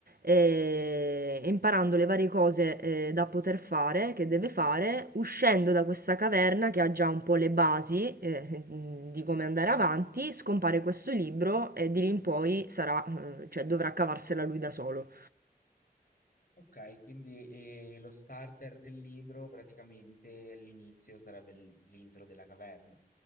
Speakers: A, on the right; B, on the left.
A: eh, imparando le varie cose eh, da poter fare, che deve fare, uscendo da questa caverna che ha già un po' le basi eh, mm, di come andare avanti, scompare questo libro e di lì in poi sarà, eh, cioè, dovrà cavarsela lui da solo.
B: Okay, quindi, ehm, lo starter del libro praticamente all'inizio sarebbe l l'intro della caverna.